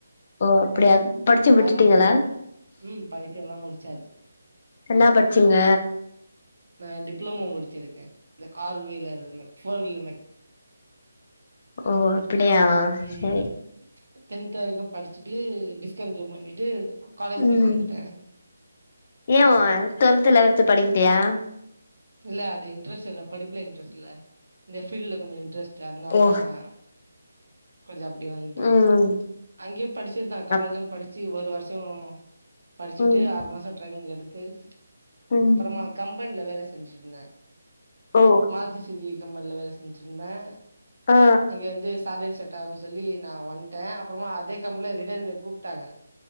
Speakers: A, on the left (about 40°); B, on the right (about 80°).
A: ஓ அப்படியா படிச்சு
B: கார்
A: விட்டுட்டீங்களா
B: மெக்கானிக்கல் உம் படிப்பு எல்லாம் முடிச்சு சாச்சு
A: என்னா படிச்சீங்க
B: நான் டிப்ளோமோ முடிச்சிருக்கேன் இந்த கார் வீலர்ல ஃபோர் வீல
A: ஓ அப்படியா
B: ம்
A: சரி
B: டென்த் வரைக்கும் படிச்சுட்டுடி <unintelligible> பண்ணிட்டு காலேஜ்
A: உம்
B: போய் சேந்துட்டே
A: ஏன் டுவெல்த் லெவன்து படிக்கலயா
B: இல்ல அது இன்ட்ரெஸ்ட் இல்ல படிப்புல இன்ட்ரெஸ்ட் இல்ல இந்த ஃபீல்டல கொஞ்சம் இன்ட்ரெஸ்டு அதனால
A: ஓ
B: தான் கொஞ்ச அப்டி வந்துட்ட
A: ம்
B: அங்கேம் படிச்சிதான் காலேஜும்
A: அப்
B: படிச்சி சி ஒரு வருஷம் படிச்சுட்டு
A: ம்
B: ஆறு மாசம் ட்ரைனிங் எடுத் த்து
A: ம்
B: அப்பறமா கம் கம்பன்ல வேல செஞ்சிருந்தேன்
A: ஓ
B: <unintelligible> கம்பனில வேல செஞ்சுருந்தன்
A: ஆ
B: அங்க வந்து <unintelligible> <unintelligible> சொல்லி நான் வந்ட்டேன் அப்புறமா அதே கம்பெனில ரிட்டன் என்ன கூப்ட்டாங்க